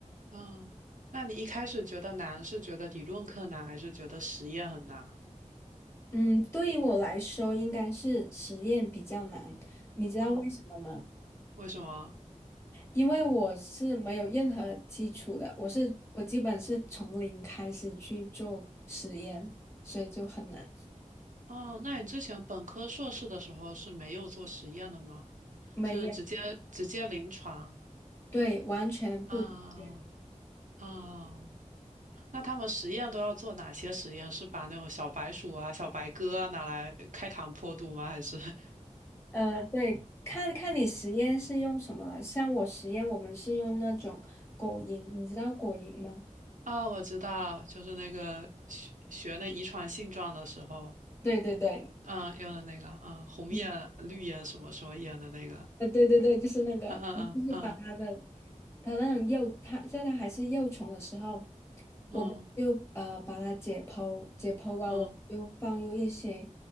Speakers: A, on the right; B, on the left.
A: 嗯，那你一开始觉得难，是觉得理论课难，还是觉得实验很难？
B: 嗯，对于我来说，应该是实验比较难。你知道为什么吗？
A: 嗯，为什么？
B: 因为我是没有任何基础的，我是我基本是从零开始去做实验，所以就很难。
A: 哦，那你之前本科、硕士的时候是没有做实验的吗？
B: 没有，
A: 是直接直接临床
B: 对，完全不同源
A: 啊啊那他们实验都要做哪些实验？是把那种小白鼠啊、小白鸽啊拿来开膛破肚吗？还是 <laughs>
B: 呃，对，看看你实验是用什么了。像我实验，我们是用那种果蝇，你知道果蝇吗？
A: 啊，我知道，就是那个学学那遗传性状的时候，
B: 对对对，
A: 嗯，用的那个，嗯，红眼、
B: 嗯，
A: 绿眼什么什么眼的那个，
B: 呃，对对对，就是那个，
A: 嗯嗯嗯
B: 我们就是把它的它那种幼，它在它还是幼虫的时候。我们就呃把它解剖，
A: 嗯
B: 解剖完我们就放入一些
A: 嗯嗯，